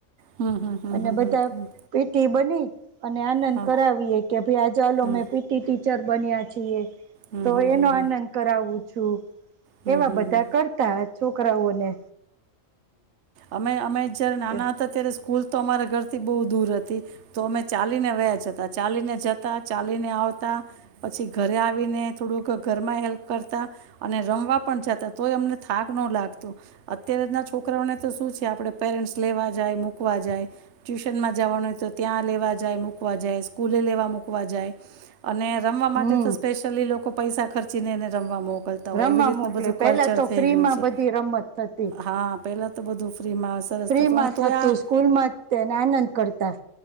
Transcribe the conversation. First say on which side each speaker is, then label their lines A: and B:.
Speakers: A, on the right; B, on the right.
A: હમ હમ હમ
B: અને
A: હમ
B: બધા
A: હમ હમ
B: પી ટી બની અને આનંદ
A: હા
B: કરાવીએ કે ભાઈ આ ચાલો
A: હમ
B: મેં પીટી ટી બન્યા છીએ
A: હમ
B: તો
A: હમ
B: એનો
A: હમ હમ
B: આનંદ કરાવું છું
A: હમ
B: એવા
A: હમ
B: બધા
A: હમ
B: કરતા છોકરાઓને
A: અમે અમે જ્યારે નાના
B: એમ
A: હતા ત્યારે સ્કૂલ તો અમારા ઘરથી બહુ દૂર હતી તો અમે ચાલીને વ્યાજતા ચાલીને જતા ચાલીને આવતા પછી ઘરે ને થોડુંક ઘરમાં હેલ્પ કરતા અને રમવા પણ જતા તોય અમને થાક ન લાગતો અત્યારે ના છોકરાને તો શું છે આપે પેરેન્ટ્સ લેવા જાય મૂકવા જાય ટ્યુશનમાં જવાનું હોય તો ત્યાં લેવા જાય મૂકવા જાય સ્કૂલે લેવા મૂકવા જાય અને રમવા માટે
B: હમ
A: તો ચલી લોકો પૈસા ખર્ચી ને એને રમવા મોકલતા
B: રમા
A: હોય એવી રીતનું
B: મોકલે
A: બધું
B: પેલા
A: કલ્ચર
B: તો
A: થઈ
B: ફ્રી
A: ગયું
B: માં
A: છે
B: બધી રમત થતી
A: હા પેલા તો બધું ફ્રીમાં સરસ
B: ફ્રી માં
A: અને
B: થતું
A: તોય આ
B: સ્કૂલમાં જ તે ને આનંદ કરતા.